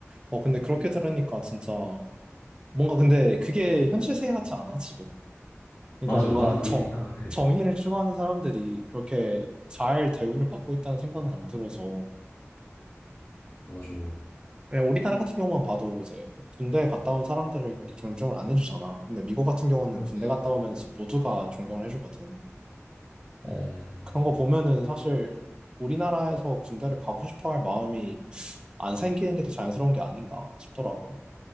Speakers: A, on the right; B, on the left.
A: 어, 근데 그렇게 들으니까 진짜 뭔가 근데 그게 현실 세계 같지 않아, 지금? 그러니까
B: 맞아.
A: 뭔가
B: 나도 그렇게
A: 정,
B: 생각을
A: 정의를
B: 해.
A: 추구하는 사람들이 그렇게 잘 대우를 받고 있다는 생각은 안 들어서
B: 맞아.
A: 왜 우리나라 같은 경우만 봐도 이제 군대 갔다 온 사람들을 그렇게 존중을 안 해주잖아. 근데 미국 같은 경우는
B: 그렇지.
A: 군대 갔다 오면서 모두가 존경을 해주거든. 어,
B: 음,
A: 그런 거 보면은 사실 우리나라에서 군대를 가고 싶어 할 마음이 안 생기는 게 더 자연스러운 게 아닌가 싶더라고.